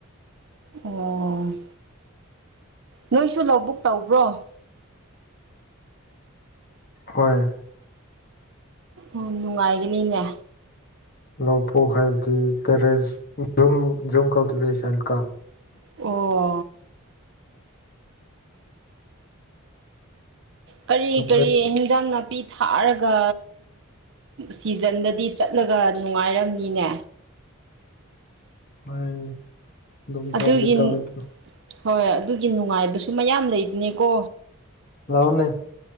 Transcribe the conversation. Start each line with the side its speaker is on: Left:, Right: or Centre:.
Right: ꯑꯣ.. ꯅꯣꯏꯁꯨ ꯂꯧꯕꯕꯨꯛ ꯇꯧꯕ꯭ꯔꯣ
Left: ꯍꯣꯏ
Right: ꯎ ꯅꯨꯡꯉꯥꯏꯒꯅꯤꯅꯦ
Left: ꯂꯄꯣꯛ ꯍꯥꯏꯕꯗꯤ ꯇꯦꯔꯦꯁ ꯨꯝ ꯖꯨꯝ ꯀꯜꯇꯤꯚꯦꯁꯟ ꯀ
Right: ꯑꯣ ꯀꯔꯤ
Left: ꯃꯇꯩ
Right: ꯀꯔꯤ ꯍꯤꯟꯖꯥꯡ ꯅꯥꯄꯤ ꯊꯥꯔꯒ ꯁꯤꯖꯟꯗꯗꯤ ꯆꯠꯂꯒ ꯅꯨꯡꯉꯥꯏꯔꯝꯅꯤꯅꯦ
Left: ꯍꯣꯏ ꯑꯗꯨꯝ
Right: ꯑꯗꯨꯒꯤ
Left: ꯇꯧꯕꯗꯤ ꯇꯧꯋꯦ ꯑꯗꯨ
Right: ꯍꯣꯏ ꯑꯗꯨꯒꯤ ꯅꯨꯡꯉꯥꯏꯕꯁꯨ ꯃꯌꯥꯝ ꯂꯩꯗꯨꯅꯦꯀꯣ
Left: ꯂꯑꯣꯅꯦ